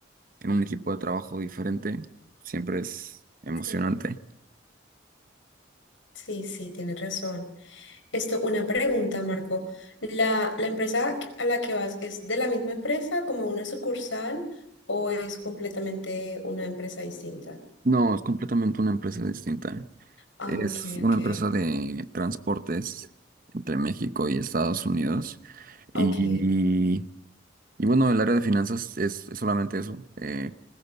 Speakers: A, on the right; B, on the left.
A: en un equipo de trabajo diferente, siempre es emocionante.
B: Sí, sí, sí, tienes razón. Esto, una pregunta, Marco. ¿La, la empresa a la que vas es de la misma empresa, como una sucursal, o es completamente una empresa distinta?
A: No, es completamente una empresa distinta.
B: Ah,
A: Es
B: ok,
A: una
B: ok.
A: empresa de transportes entre México y Estados Unidos y...
B: Ok,
A: Y bueno, el área de finanzas es, es solamente eso, eh,